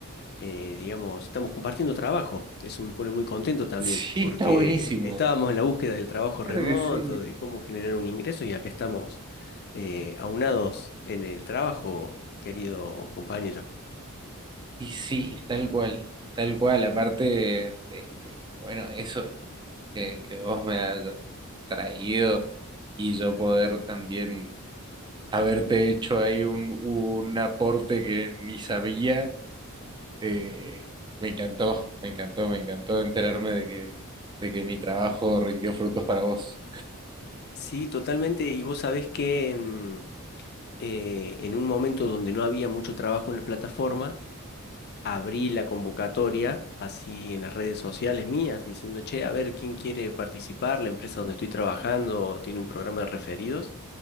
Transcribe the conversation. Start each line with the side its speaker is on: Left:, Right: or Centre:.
Left: eh, digamos, estamos compartiendo trabajo. Eso me pone muy contento también,
Right: Sí,
Left: porque
Right: está buenísimo.
Left: estábamos en la búsqueda del trabajo
Right: Claro
Left: remoto,
Right: que sí.
Left: de cómo generar un ingreso, y acá estamos eh, aunados en el trabajo, querido compañero.
Right: Y sí, tal cual, tal cual. Aparte, este, bueno, eso que, que vos me has traído y yo poder también haberte hecho ahí un, un aporte que ni sabía Eh, me encantó, me encantó, me encantó enterarme de que, de que mi trabajo rindió frutos para vos.
Left: Sí, totalmente. Y vos sabés que mm, eh, en un momento donde no había mucho trabajo en la plataforma, abrí la convocatoria así en las redes sociales mías, diciendo, che, a ver quién quiere participar, la empresa donde estoy trabajando tiene un programa de referidos.